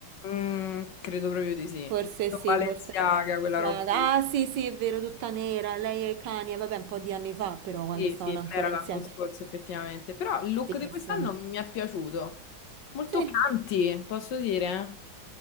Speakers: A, on the left (about 65°); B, on the right (about 70°).
A: Mm, credo proprio di sì.
B: Forse sì,
A: Balenciaga,
B: forse era Balenciaga.
A: quella roba lì.
B: Ah, sì, sì, è vero, tutta nera. Lei e Kanye, vabbè, un po' di anni fa, però, quando
A: Sì,
B: stavano
A: sì, non
B: ancora
A: era l'anno
B: insieme.
A: scorso effettivamente, però il look
B: Sì,
A: di quest'anno
B: sì.
A: mi è piaciuto. Molto
B: Sì,
A: canti, posso dire?